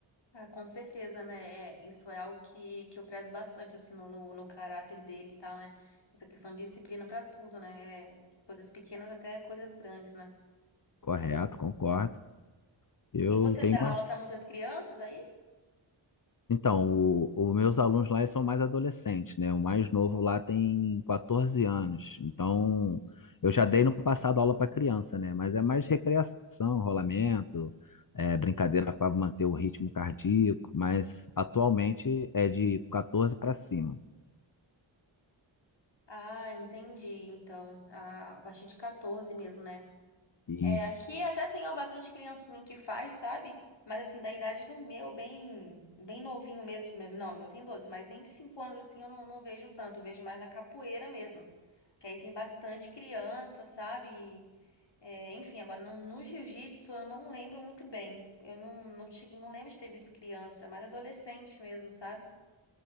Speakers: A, on the left (about 60°); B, on the left (about 45°).
A: Ah, com certeza, né? É, isso é algo que, que eu prezo bastante, assim, no, no, no caráter dele e tal, né? Essa questão de disciplina para tudo, né? É, coisas pequenas até coisas grandes, né?
B: Correto, concordo. Eu
A: E você
B: tenho
A: dá aula para muitas crianças aí?
B: Então, o- os meus alunos lá eles são mais adolescentes, né? O mais novo lá tem 14 anos. Então, eu já dei no passado aula para criança, né? Mas é mais recreação, rolamento, é, brincadeira para manter o ritmo cardíaco. Mas atualmente é de 14 para cima.
A: Ah, entendi. Então, a, a partir de 14 mesmo, né?
B: Isso.
A: É, aqui até tem ó, bastante criancinha que faz, sabe? Mas assim, da idade do meu, bem, bem novinho mesmo. meu- Não, meu tem 12 mas nem de 5 anos assim eu não, não vejo tanto, eu vejo mais na capoeira mesmo. Que aí tem bastante criança, sabe? E, é, enfim, agora no, no jiu-jitsu eu não lembro muito bem. Eu não, não, che- não lembro de ter visto criança, é mais adolescente mesmo, sabe?